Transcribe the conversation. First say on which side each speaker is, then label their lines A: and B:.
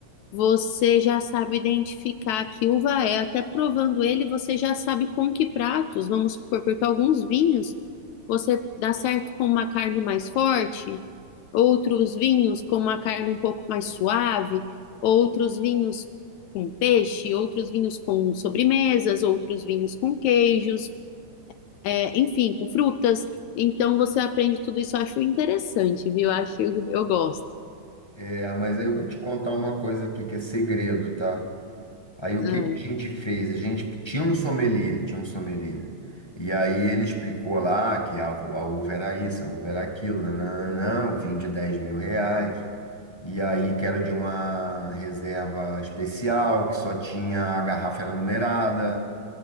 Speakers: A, on the left (about 75°); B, on the left (about 25°).
A: Você já sabe identificar que uva é, até provando ele, você já sabe com que pratos, vamos supor, porque alguns vinhos você dá certo com uma carne mais forte, outros vinhos com uma carne um pouco mais suave, outros vinhos com peixe, outros vinhos com sobremesas, outros vinhos com queijos, é, enfim, com frutas. Então você aprende tudo isso, eu acho interessante, viu? Eu Acho, eu gosto.
B: É, mas aí eu vou te contar uma coisa aqui que é segredo, tá? Aí o
A: Ah,
B: que que a gente fez? A gente tinha um sommelier, tinha um sommelier. E aí ele explicou lá que a, uva- a uva era isso, a uva era aquilo, nananã, o vinho de dez mil reais. E aí que era de uma reserva especial, que só tinha, a garrafa era numerada,